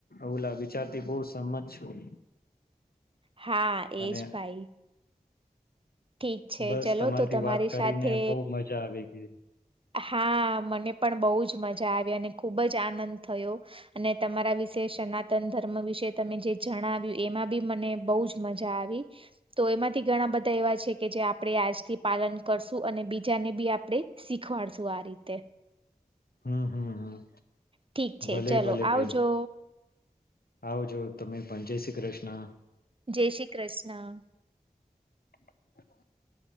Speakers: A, on the left; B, on the right.
A: ઓલા વિચારતી બહુ સમત છું.
B: હા એજ
A: અને
B: ભાઈ ઠીક છે
A: બસ
B: ચલો
A: તમારીથી
B: તો તમારી
A: વાત કરીને
B: સાથે
A: બહુ મજા આવી ગઈ.
B: હા મને પણ બહુ જ મજા આવી અને ખૂબ જ આનંદ થયો. અને તમારા વિશે સનાતન ધર્મ વિશે તમે જે જણાવ્યું એમાં બી મને બોવ જ મજા આવી તો એમાંથી ઘણા બધા એવા છે કે જે આપણે આજથી પાલન કરશું અને બીજાને બી આપણે શી ખવાડશું આ રીતે.
A: હમ હમ હમ
B: ઠીક છે
A: ભલે
B: ચલો
A: ભલે
B: આવજો.
A: બેન આવજો તમે પણ જય શ્રી કૃષ્ણ.
B: જય શ્રી કૃષ્ણ.
A: <inaudible>